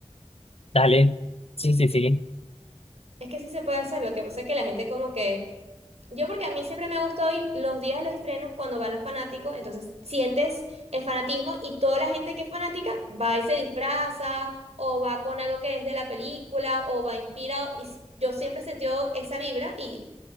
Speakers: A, on the left (about 70°); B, on the right (about 75°).
A: Dale. Sí, sí, sí.
B: Es que sí se puede hacer, lo que pasa es que la gente como que Yo porque a mí siempre me gustó ir los días de los estrenos cuando van los fanáticos, entonces sientes el fanatismo y toda la gente que es fanática va y se disfraza o va con algo que es de la película o va inspirado y s- yo siempre he sentido esa vibra y